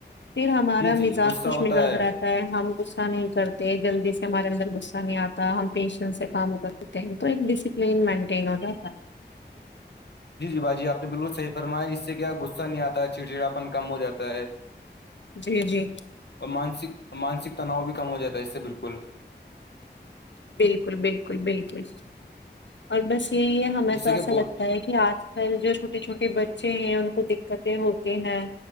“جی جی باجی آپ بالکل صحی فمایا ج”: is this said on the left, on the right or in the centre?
Left